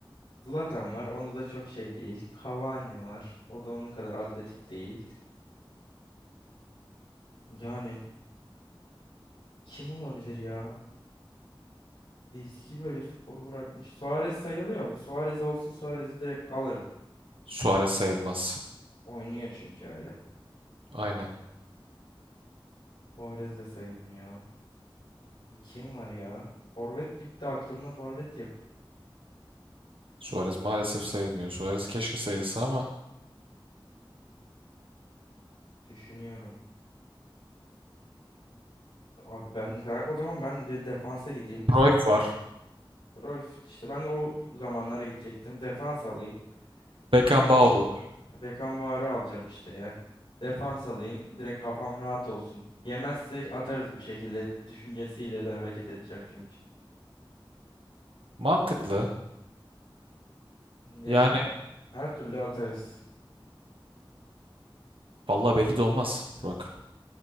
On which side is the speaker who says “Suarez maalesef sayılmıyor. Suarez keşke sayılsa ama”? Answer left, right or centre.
Right